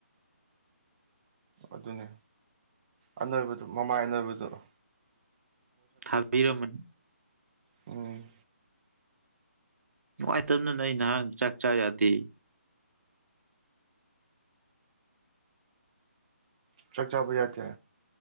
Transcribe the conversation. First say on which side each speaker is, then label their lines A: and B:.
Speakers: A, on the right; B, on the right.
A: ꯑꯗꯨꯅꯦ ꯑꯅꯣꯏꯕꯗꫭ ꯃꯃꯥꯏ ꯑꯅꯣꯏꯕꯗꫭ
B: ꯊꯥꯕꯤꯔꯝꯃꯅꯤ
A: ꯎꯝ
B: ꯅꯨꯡꯉꯥꯏꯇꯕꯅꯤꯅ ꯑꯩ ꯅꯍꯥꯟ ꯆꯥꯛ ꯆꯥ ꯌꯥꯗꯦ
A: ꯆꯥꯛ ꯆꯥꯕ ꯌꯥꯇꯦ